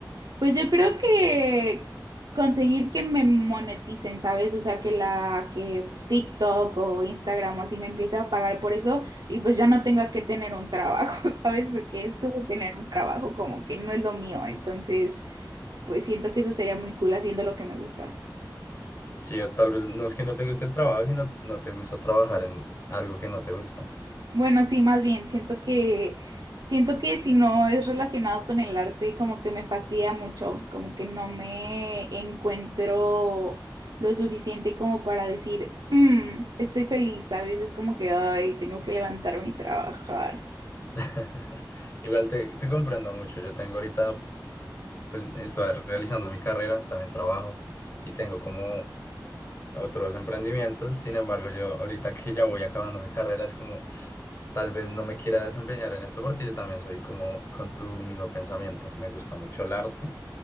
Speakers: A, on the right; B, on the left.
A: Pues yo creo que conseguir que me moneticen, ¿sabes? O sea, que la que TikTok o Instagram o así me empiece a pagar por eso y pues ya no tenga que tener un trabajo, <laughs> ¿sabes? Porque esto de tener un trabajo como que no es lo mío, entonces pues siento que eso sería muy cool haciendo lo que me gusta.
B: Sí, o tal vez no es que no te guste el trabajo, sino no te gusta trabajar en algo que no te gusta.
A: Bueno, sí, más bien, siento que siento que si no es relacionado con el arte, como que me fastidia mucho, como que no me encuentro lo suficiente como para decir, "Mm, estoy feliz, ¿sabes? Es como que, ay, tengo que levantarme y trabajar.
B: <laughs> Igual te, te comprendo mucho. Yo tengo ahorita, pues estoy realizando mi carrera, también trabajo y tengo como otros emprendimientos. Sin embargo, yo ahorita que ya voy acabando mi carrera, es como tal vez no me quiera desempeñar en esto porque yo también soy como con tu mismo pensamiento. Me gusta mucho el arte.